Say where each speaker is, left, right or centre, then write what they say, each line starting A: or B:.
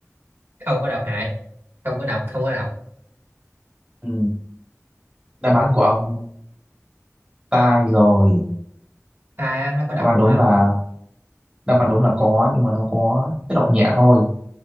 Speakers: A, on the right; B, on the right.
A: không có độc hại không có độc không có độc
B: Ừ. đáp án của ông sai rồi
A: sai á, nó có độc
B: đáp án
A: luôn
B: đúng
A: hả
B: là đáp án đúng là có nhưng mà nó có chất độc nhẹ thôi